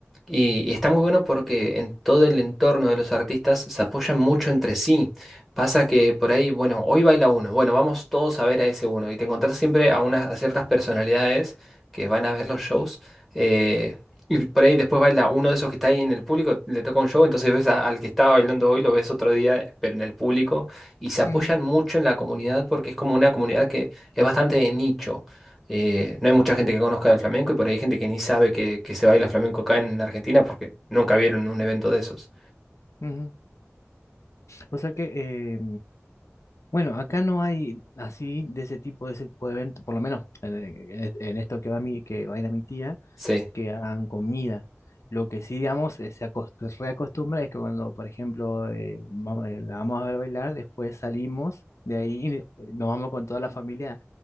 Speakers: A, in the centre; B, on the left.
A: y, y está muy bueno porque en todo el entorno de los artistas se apoyan mucho entre sí. Pasa que por ahí, bueno, hoy baila uno, bueno, vamos todos a ver a ese uno y te encontrás siempre a unas a ciertas personalidades que van a ver los shows eh, y por ahí después baila uno de esos que está ahí en el público, le toca un show, entonces ves a- al que estaba bailando hoy, lo ves otro día, pero en el público y se apoyan
B: Ujú,
A: mucho en la comunidad porque es como una comunidad que es bastante de nicho. Eh, no hay mucha gente que conozca el flamenco y por ahí hay gente que ni sabe que, que se baila flamenco acá en Argentina porque nunca vieron un evento de esos.
B: ujú. O sea que eh, Bueno, acá no hay así de ese tipo, de ese tipo de evento, por lo menos en, en- en esto que va mi, que va a ir a mi tía,
A: Sí.
B: que hagan comida. Lo que sí, digamos, eh, se acost- reacostumbra es que cuando, por ejemplo, eh, vamos, eh, la vamos a ver bailar, después salimos de ahí y eh, nos vamos con toda la familia,